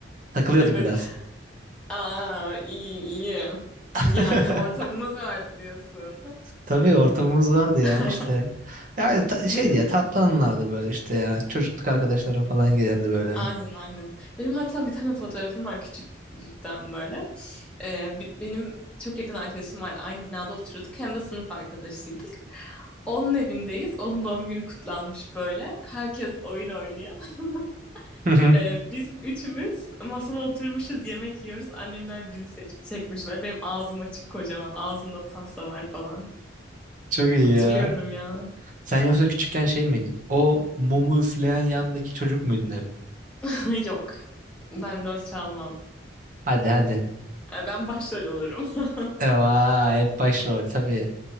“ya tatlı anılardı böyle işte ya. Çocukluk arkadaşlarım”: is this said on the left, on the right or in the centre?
Right